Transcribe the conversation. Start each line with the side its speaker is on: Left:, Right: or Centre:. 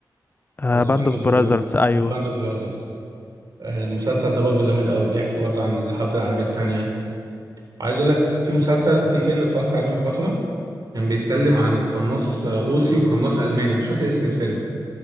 Left: آه
Right: او ذا
Left: باند
Right: باند
Left: اوف
Right: اوف
Left: براذرز
Right: ذا براذرز
Left: ايوه
Right: باند اوف براذرز المسلسل ده برضو جامد قوي بيحكي برضو عن الحرب العالميه التانيه وعايز اقول لك في مسلسل في فيلم اتفرجت عليه من فتره كان بيتكلم عن قناص آه، روسي وقناص الماني مش فاكر اسم الفيلم